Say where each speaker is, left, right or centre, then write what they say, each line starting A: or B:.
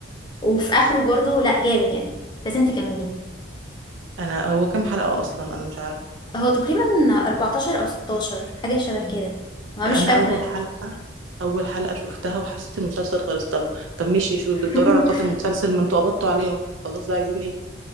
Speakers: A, on the left; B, on the right.
A: وفي اخره برضه لا جامد يعني لازم تكمليه
B: انا هو كام حلقة اصلا انا مش عارفة
A: هو تقريبا 14 او 16 حاجه شبه كده انا مش
B: انا
A: فاكره
B: اول حلقه اول حلقه شفتها وحسيت المسلسل خلص طب طب ماشي شو بتدوروا
A: <laughs>
B: على قاتل المسلسل ما انتوا قبضتوا عليه اهو خلاص بقى عايزين ايه